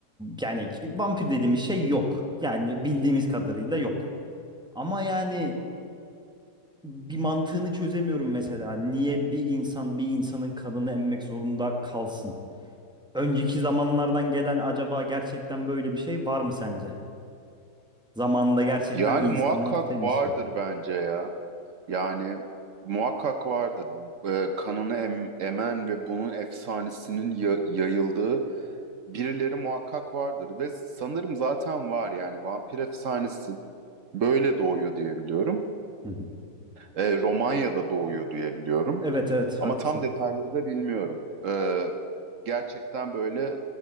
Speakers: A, in the centre; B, on the right.
A: yani vampir dediğimiz şey yok. Yani bildiğimiz kadarıyla yok. Ama yani bir mantığını çözemiyorum mesela. Niye bir insan bir insanın kanını emmek zorunda kalsın? Önceki zamanlardan gelen acaba gerçekten böyle bir şey var mı sence? Zamanında gerçekten
B: Yani
A: insanlar
B: muhakkak
A: şey mi
B: vardır
A: istiyor?
B: bence ya. Yani muhakkak vardır. Ee, kanını em- emen ve bunun efsanesinin ya- yayıldığı birileri muhakkak vardır. Ve sanırım zaten var yani vampir efsanesi böyle doğuyor diye biliyorum.
A: Hı hı.
B: Ee, Romanya'da doğuyor diye biliyorum.
A: Evet evet
B: Ama
A: haklısın.
B: tam detayları da bilmiyorum. Ee, gerçekten böyle